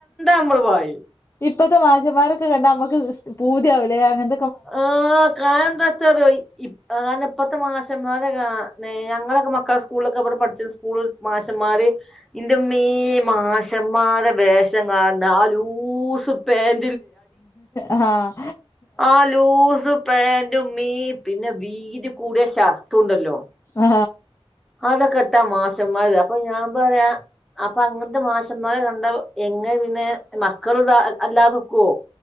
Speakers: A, in the centre; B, on the left.
A: നമ്മള് പായും
B: ഇപ്പഴത്തെ മാശന്മാരൊക്കെ കണ്ടാൽ നമുക്ക് പൂതിയാവില്ലേ അങ്ങനെ
A: ആ ക എന്താ വച്ചാാല ഇ ക ഇപ്പത്തെ മാസംമാരെ ഞങ്ങളൊക്കെ മക്കള സ്കൂളൊക്കെ പഠിച്ച സ്കൂള മാശന്മാര് ഇന്റെ മീ മാശന്മാരെ വേഷം കാണണ്ട ആ ലൂ പേൻ
B: ആ
A: ആ ലൂസ് പെൻറ് ഉമ്മീ പിന്നെ വീതി കൂടിയ ഷർട്ട് ഉണ്ടല്ലോ
B: ആ
A: അതൊക്കെ ഇട്ടാ മാശന്മാര് അപ്പൊ ഞാൻ പറയാ അപ്പൊ അങ്ങനത്തെ മാശന്മാര് കണ്ട എങ്ങനെ പിന്നെ മക്കൾ ഇതാ അല്ലാതൊക്കുവോ